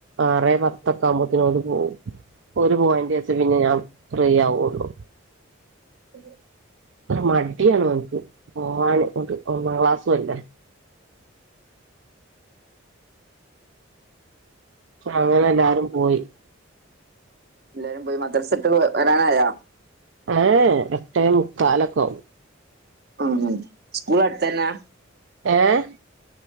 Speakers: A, on the right; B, on the right.
A: ആറേ പത്തൊക്ക ആവുമ്പത്തിന് പോവും ഒരു പോയിന്റ് അടിച്ച് പിന്നെ ഞാൻ ഫ്രീ ആവുള്ളു
B: അതെ
A: മടിയാണ് ഓനിക്ക് പോവാന് ഒൻക്ക് ഒന്നാം ക്ലാസുവല്ലാ അങ്ങനെ എല്ലാരും പോയി
B: എല്ലരും പോയി മദ്രസക്ക് വരാനായാ
A: ഏഹ് എട്ടേ മുക്കാലൊക്കാവും
B: ആം സ്കൂൾ അടുത്തന്നാ
A: ഏഹ്